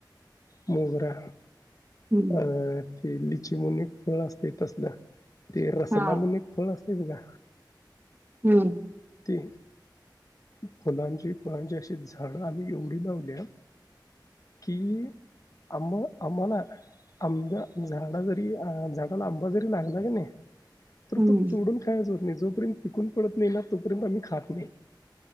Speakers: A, on the left; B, on the right.
A: मोगरा
B: हम्म
A: अ ते लिचीमुन एक फळ असते, तसलं ते रसलामुन
B: हा.
A: एक फळ असते बघा
B: हम्म
A: ती फुलांची, फळांची अशी झाड आम्ही एवढी लावल्यात कि, आम आम्हाला आंब झाड, जरी झाडाला आंबा जरी लागला की नाही तर
B: हम्म
A: तो तोडून खायच होत नाही, जोपर्यंत पिकून पडत नाही ना तोपर्यंत आम्ही खात नाही.